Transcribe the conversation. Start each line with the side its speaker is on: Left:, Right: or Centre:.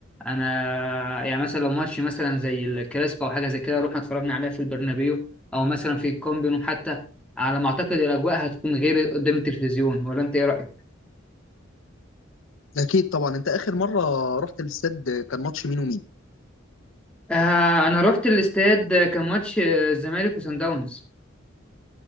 Centre: انا يعني مثلا لو ماتش مثلا زي الكلاسيكو او حاجه زي كده رحنا اتفرجنا عليها في البرنابيو او مثلا في الكامبينو حتى على ما اعتقد الاجواء هتكون غير قدام التلفزيون ولا انت ايه رايك
Left: أكيد طبعا أنت آخر مرة رحت الاستاد كان ماتش مين ومين؟
Centre: آه انا رحت الاستاد كان ماتش الزمالك وسان داونز